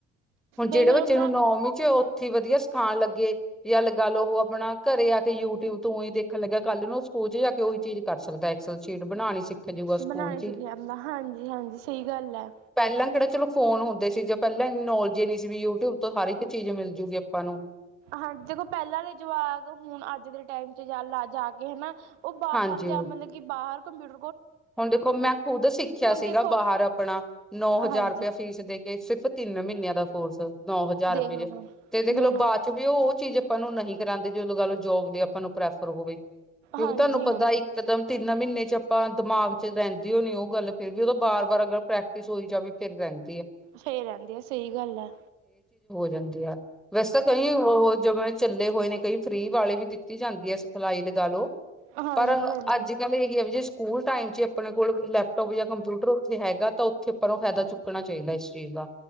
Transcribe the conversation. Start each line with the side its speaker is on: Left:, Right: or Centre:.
Centre: ਹੁਣ ਜਿਹੜੇ
Right: ਦੇਖਲੋ
Centre: ਬੱਚੇ
Right: ਮੈਂ
Centre: ਹੁਣ ਨੌਵੀਂ ਚ ਉੱਥੇ ਵਧੀਆ ਸਿਖਾਉਣ ਲੱਗੇ। ਜਾਂ ਗੱਲ ਉਹ ਆਪਣਾ ਘਰੇ ਆ ਕੇ ਯੂਟਿਊਬ ਤੋਂ ਦੇਖਣ ਲੱਗਿਆ ਕੱਲ ਨੂੰ ਸਕੂਲ ਚ ਜਾ ਕੇ ਉਹੀ ਚੀਜ਼ ਕਰ ਸਕਦਾ ਐਕਸਲ ਸ਼ਟ ਬਣਾਣੀ ਸਿੱਖ ਜੂਗਾ ਸਕੂਲ
Right: ਬਣਾਣਾ
Centre: ਚ
Right: ਸਿਖਿਆ
Centre: ਹੀ
Right: ਜਾਂਦਾ ਹਾਂਜੀ-ਹਾਂਜੀ। ਸਹੀ ਗੱਲ ਹੈ।
Centre: ਪਹਿਲਾਂ ਕਿਹੜਾ ਚਲੋ ਫੋਨ ਹੁੰਦੇ ਸੀ ਜਾਂ ਪਹਿਲਾਂ ਇੰਨੀ ਨੌਲੇਜ ਨ ਨਹੀਂ ਸੀ ਵੀ ਯੂਟਿਊਬ ਤੋਂ ਹਰ ਇੱਕ ਚੀਜ਼ ਮਿਲਜੂਗੀ ਆਪਾਂ ਨੂੰ
Right: ਹਾਂਜੀ। ਦੇਖੋ ਪਹਿਲਾਂ ਦੇ ਜਵਾਕ ਹੁਣ ਅੱਜ ਦੇ ਟਾਈਮ ਚ ਜਾ ਕੇ ਹੈਨਾ ਉਹ ਬਾਹਰ
Centre: ਹਾਂਜੀ
Right: ਜਾ ਮਤਲਬ ਕਿ ਬਾਹਰ ਕੰਪਿਊਰ
Centre: ਹੁਣ ਦੇਖੋ ਮੈਂ ਖੁੱਦ ਸਿੱਖਿਆ ਸੀਗਾ
Right: ਦੇਖੋ
Centre: ਬਾਹਰ ਆਪਣਾ ਨੌ
Right: ਹਾਂਜੀ
Centre: ਹਜ਼ਾਰ ਰੁਪਇਆ ਫੀਸ ਦੇ ਕੇ ਸਿਰਫ ਤਿੰਨ ਮਹੀਨਿਆਂ ਦਾ ਕੋਰਸ। ਨੋ ਹਜ਼ਾਰ
Right: ਦੇਖ
Centre: ਰੁਪਏ,
Right: ਲਓ ਮੈਮ
Centre: ਤੇ ਦੇਖਲੋ
Right: ਦੇਖ ਲਓ
Centre: ਬਾਅਦ
Right: ਮੈਮ
Centre: ਚ ਵੀ ਉਹ ਚੀਜ਼ ਆਪਾਂ ਨੂੰ ਨਹੀਂ। ਕਰਾਦੇ ਜਦੋ ਗੱਲ ਜੋਬ ਲਈ ਆਪਾਂ ਨੂੰ ਪ੍ਰੈਫਰ ਹੋਵੇ ਕਿਉਂਕਿ
Right: ਹਾਂਜੀ
Centre: ਤੁਹਾਨੂੰ ਪਤਾ
Right: ਹਾਂਜੀ
Centre: ਇਕ ਕਦਮ ਤਿੰਨੇ ਮਹੀਨੇ ਚ ਆਪਾਂ ਦਿਮਾਗ ਚ ਰਹਿੰਦੀ ਹੋਣੀ, ਉਹ ਗੱਲ ਫਿਰ ਜਦੋ ਬਾਰ ਬਾਰ ਅਗਰ ਪ੍ਰੈਕਟਿਸ ਹੋਈ ਜਾਵੇ ਫਿਰ ਰਹਿਣ
Right: ਫੇਰ ਰਹਿੰਦੇ ਆ ਸਹੀ ਗੱਲ ਆ।
Centre: ਜਾਂਦੇ ਆ। ਵੈਸਾ ਕਹੀ ਉਹ ਜੋ ਮੈਂ ਚੱਲ ਹੋਏ ਨੇ ਕਈ ਫ੍ਰਰੀ ਵਾਲੇ ਵੀ ਦਿੱਤੀ ਜਾਂਦੀ ਆ, ਸਿਖਲਾਈ ਲਗਾ ਲਓ।
Right: ਹਾਂਜੀ
Centre: ਪਰ
Right: ਹਾਂਜੀ
Centre: ਅੱਜ ਕੱਲ ਇਹੀ ਆ ਵੀ ਜੇ ਟਾਈਮ ਚ ਆਪਣੇ ਕੋਲ ਲੈਪਟੋਪ ਜਾਂ ਕੰਪਿਊਟਰ ਉੱਥੇ ਹੈਗਾ, ਤਾਂ ਉੱਥੇ ਆਪਾਂ ਨੂੰ ਫਾਇਦਾ ਚੁੱਕਣਾ ਚਾਹੀਦਾ ਇਸ ਚੀਜ਼ ਦਾ।